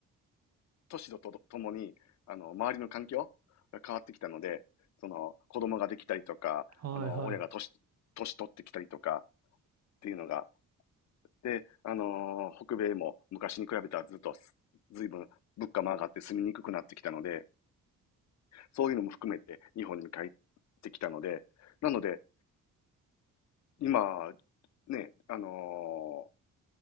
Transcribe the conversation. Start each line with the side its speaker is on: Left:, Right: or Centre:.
Left: 年ととともに、あの、周りの環境が変わってきたので、その、子供ができたりとか、
Right: はいはい。
Left: あの、親が年、年取ってきたりとかっていうのが、で、あのー北米も昔に比べたらずっとずいぶん物価も上がって住みにくくなってきたので、そういうのも含めて日本に帰ってきたので、なので、今、ね、あの